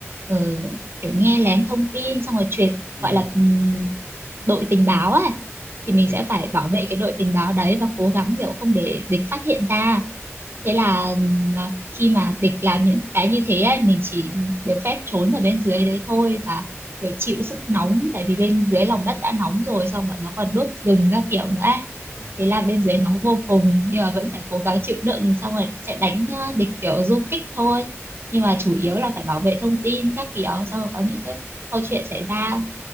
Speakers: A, on the right (about 50°); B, on the left (about 85°).
A: ờ, kiểu nghe lén thông tin xong rồi truyền
B: ừ.
A: gọi là ừm, đội tình báo ấy
B: ok
A: thì mình sẽ phải bảo vệ cái đội tình báo đấy và cố gắng kiểu không để địch phát hiện ra Thế là ừm, à, khi mà địch làm những cái như thế ấy, mình chỉ được phép trốn ở bên dưới đấy thôi và kiểu chịu sức nóng tại vì bên dưới lòng đất đã nóng rồi xong bọn nó còn đốt rừng các kiểu nữa ấy.
B: ờ
A: Thế là bên dưới nóng vô cùng nhưng mà vẫn phải cố gắng chịu đựng xong rồi sẽ đánh à, địch kiểu du kích thôi. Nhưng mà chủ yếu là phải bảo vệ thông tin các kiểu xong rồi có những cái câu chuyện xảy ra